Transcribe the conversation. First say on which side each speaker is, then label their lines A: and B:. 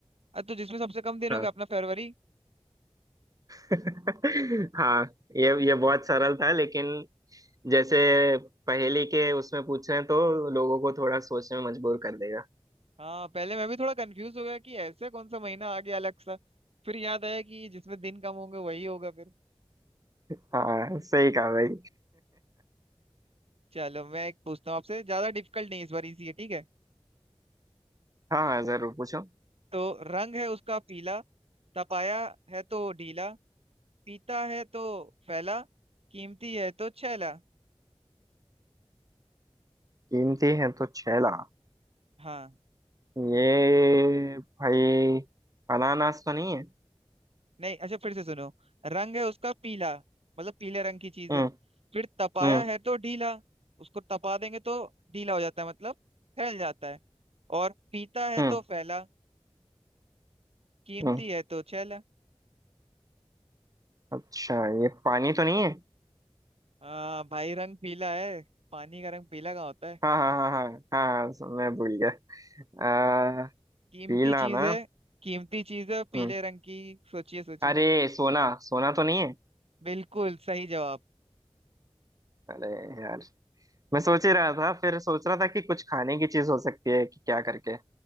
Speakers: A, on the right; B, on the right.
A: अरे तो जिसमें सबसे कम दिन
B: हाँ
A: हो गया अपना फरवरी
B: <laughs> हाँ ये ये बहुत सरल था लेकिन जैसे पहेली के उसमें पूछ रहे हैं तो लोगों को थोड़ा सोचने में मजबूर कर देगा
A: हाँ पहले मैं भी थोड़ा कंफ्यूज हो गया कि ऐसे कौन सा महीना आ गया अलग सा फिर याद आया कि जिसमें दिन कम होंगे वही होगा फिर
B: हाँ सही कहा भाई
A: चलो मैं एक पूछता हूँ आपसे ज्यादा डिफिकल्ट नहीं इस बार इजी है ठीक है
B: हाँ हाँ, जरूर पूछो
A: तो रंग है उसका पीला तपाया है तो ढीला पीता है तो फैला कीमती है तो छैला
B: कीमती है तो छह लाख
A: हाँ
B: ये भाई अनानास तो नहीं है
A: नहीं अच्छा फिर से सुनो रंग है उसका पीला मतलब पीले रंग की चीज
B: हम्म
A: है फिर तपाया
B: हम्म
A: है तो ढीला उसको तपा देंगे तो ढीला हो जाता है मतलब फैल जाता है और पीता है
B: हम्म
A: तो फैला कीमती
B: हम्म
A: है तो छैला
B: अच्छा ये पानी तो नहीं है
A: आ, भाई रंग पीला है पानी का रंग पीला कहाँ होता है
B: हाँ हाँ हाँ हाँ हाँ स- मैं भूल गया आ,
A: कीमती
B: पीला
A: चीज
B: ना
A: है कीमती चीज है पीले
B: हम्म
A: रंग की सोचिए सोचिए
B: अरे सोना सोना तो नहीं है
A: बिल्कुल सही जवाब
B: अरे यार मैं सोच ही रहा था फिर सोच रहा था कि कुछ खाने की चीज हो सकती है कि क्या करके